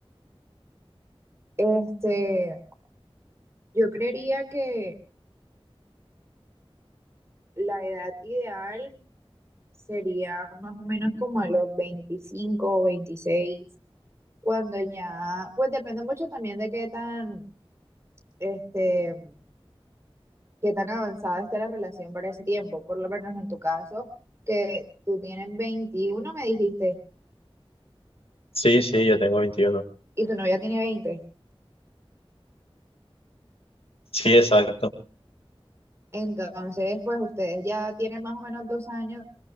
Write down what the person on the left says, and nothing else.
Sí, sí, yo tengo veintiuno
Sí, exacto.